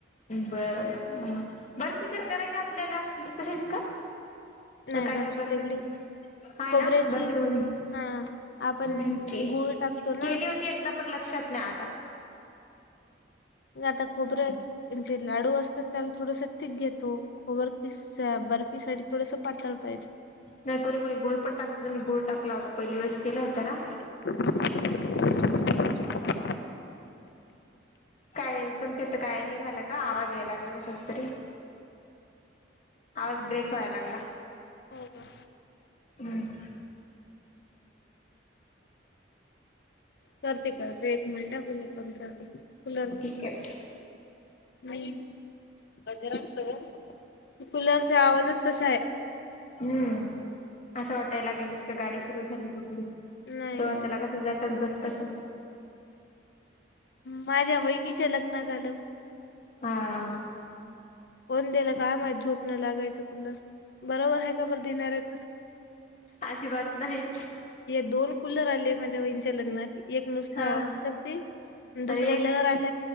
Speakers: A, on the left (about 35°); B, on the left (about 55°).
A: बरं बर्फी कराय ची आपल्याला अस तसेच का?
B: नाही
A: काय काय बर्फी
B: वेगळी
A: दे हाय
B: खोबऱ्याची
A: ना बर्फी वानी
B: हा आपण
A: भकी
B: गुळ टाकतो ना
A: गली होती एकदा पण लक्षात नाही आता
B: हाता खूबर. जे लाडू असतात त्याला थोडस तीिक घेतो खोबर फीस. बर्फीसाठीठी थोडस पातळ पाहिजे.
A: नाही कोणी कोुणी गुळ पण टाकत मी गुळ टाकला होता पहिले यवस केला होता ना.
B: <unintelligible>
A: काय तुमच्यात काय हे झालं का आवाज या लागला. शस्त्री आवाज ब्रेक व्हाय लागला.
B: हो का?
A: हम्म
B: करते करते एक मिनट कुलर बंद करते कूलर
A: ठीक आहे.
B: नाही. जर कुलरचा आवाजच तसा आहे.
A: हम्म असं वाटायला लागलं तस का गाडी सुरू झाली कुठली?
B: नाही
A: प्रवासाला
B: नाही
A: कसं जातात बसतस
B: माझ्या वहिनीच्या लग्नात झाल.
A: हा.
B: फोन दिला काय माहि झोपणं लागायचं कुठलबरोबर आहे का बरं देणार आहेेत.
A: आजी बात नाही.
B: दोन कुलर आले म्हणजे वच्या लग्नात एक नुसत
A: हा
B: आवाज करते दुसरं
A: आणि एक
B: लहर आल.